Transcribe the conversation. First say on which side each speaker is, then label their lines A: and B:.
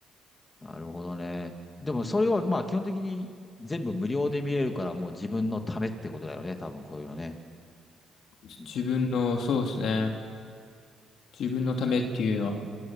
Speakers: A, on the left; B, on the left.
A: なるほどね。でもそれはまあ基本的に全部無料で見れるからもう自分のためってことだよね。多分こういうのね。
B: じ自分の、
A: う
B: そうですね。自分のためっていうのは、
A: ん